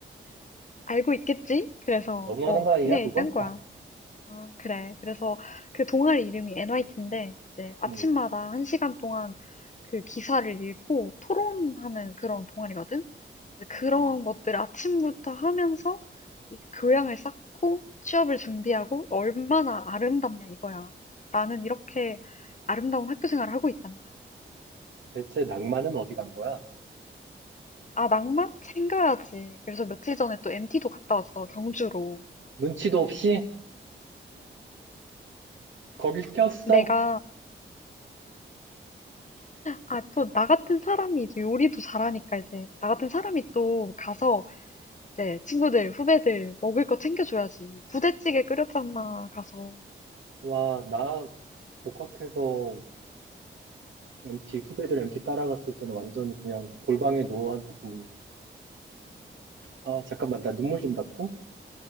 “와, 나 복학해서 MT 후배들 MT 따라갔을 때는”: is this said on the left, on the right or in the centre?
Right